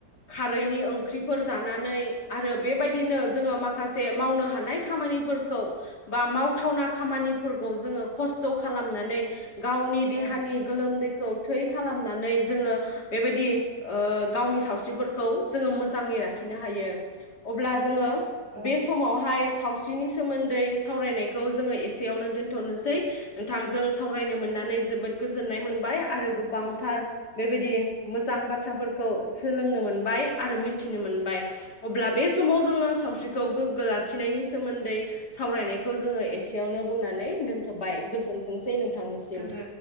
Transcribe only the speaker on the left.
खारैनि ओंख्रिफोर जानानै आरो बेबायदिनो जोङो माखासे मावनो हानाय खामानिफोरखौ बा मावथावना खामानिफोरखौ जोङो खस्थ खालामनानै गावनि
देहानि
गोलोमदै खौ थै खालामनानै जोङो बेबायदि ओ गावनि सावस्रिफोरखौ खौ जोङो मोजाङै लाखिनो हायो अब्ला जोङो
बे समावहाय सावस्रिनि सोमोन्दै सावरायनायखौ जोङो एसे बेयावनो दोनथनोसै नोंथांजों सावरायनो मोननानै जोबोद गोजोननाय मोनबाय आरो गोबांथार बेबायदि मोजां बाथ्राफोरखौ सोलोंनो मोन आरो मिथिनो मोनबाय अब्ला बे समाव जोङो सावस्रिखौ गोग्गो लाखिनायनि सोमोन्दै सावरायनायखौ जोङो एसेयावनो बुंनानै दोनथबाय गोजोनथोंसै नोंथां। बिथांनिसिम।